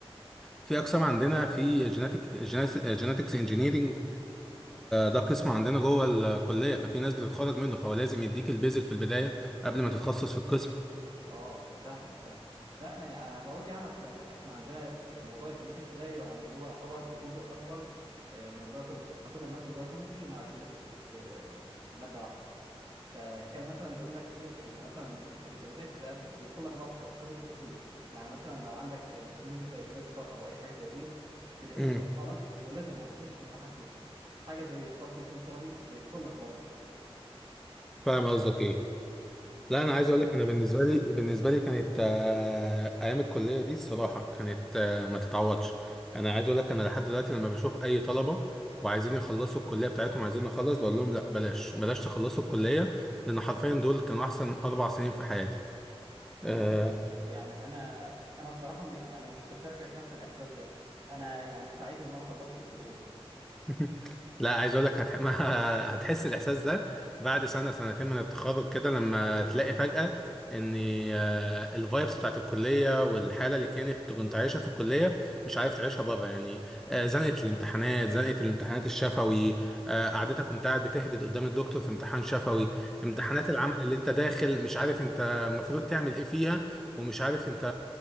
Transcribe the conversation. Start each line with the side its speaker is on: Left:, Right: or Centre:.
Centre: في اقسام عندنا في جيناتيك جيناتكس انجينيرنج ده قسم عندنا جوه الكليه ففي ناس بتتخرج منه فهو لازم يديك البيزك في البدايه قبل ما تتخصص في القسم
Right: اه فاهمك فاهم لا انا انا بقول يعني اصل احنا عندنا موضوع الجينيتكس ده يعني هو يعتبر الجزء الاكبر آه، من البايوكيمستري احنا كنا بناخد البايوكيمستري مع الجينيتكس في في ماده واحده فكان مثلا يقول لك ايه انت مثلا انت في الجينيتكس بقى بيدخل لك بقى في تفاصيل التفاصيل يعني مثلا لو عندك تكنولوجيا زي كريسبر او اي حاجه زي دي تلاقيه
Centre: امم
Right: يشرحها لك ولازم هتخش تمتحن فيها حاجه زي الكار تي سيل ثيرابي بيدخل لك برضه
Centre: فاهم قصدك ايه. لا
Right: والله
Centre: انا عايز اقول لك انا بالنسبه لي بالنسبه لي كانت آه، ايام الكليه دي الصراحه كانت آه، ما تتعوضش انا عايز اقول لك انا لحد دلوقتي لما بشوف اي طلبه وعايزين يخلصوا الكليه بتاعتهم عايزين نخلص بقول لهم لا بلاش بلاش تخلصوا الكليه لان حرفيا دول كانوا احسن اربع سنين في حياتي
Right: والله
Centre: آه،
Right: بص يعني انا انا بصراحه م- يعني مش بشاركك نفس الاحساس ده انا يعني سعيد ان انا خلصت الكليه
Centre: <laughs> لا عايز اقول لك هتح... <laughs> ما هتحس الاحساس ده بعد سنه سنتين من التخرج كده لما تلاقي فجاه ان آه، الفايبس بتاعت الكليه والحاله اللي كانت كنت عايشها في الكليه مش عارف تعيشها بره يعني آه، زنقه الامتحانات زنقه الامتحانات الشفوي آه، قعدتك كنت قاعد بتهبد قدام الدكتور في امتحان شفوي امتحانات العمل اللي انت داخل مش عارف انت المفروض تعمل ايه فيها ومش عارف انت